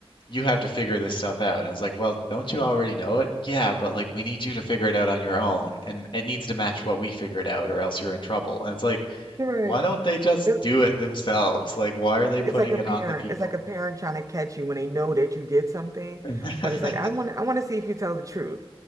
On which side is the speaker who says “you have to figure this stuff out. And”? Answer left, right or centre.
Left